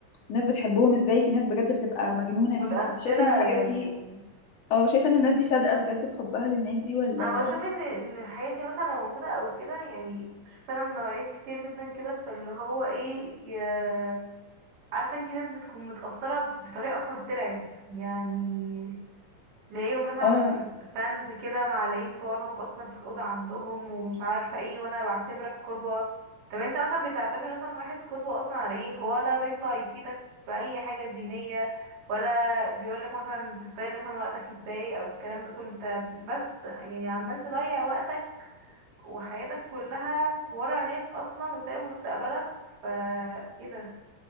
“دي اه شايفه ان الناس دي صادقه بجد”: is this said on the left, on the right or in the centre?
Left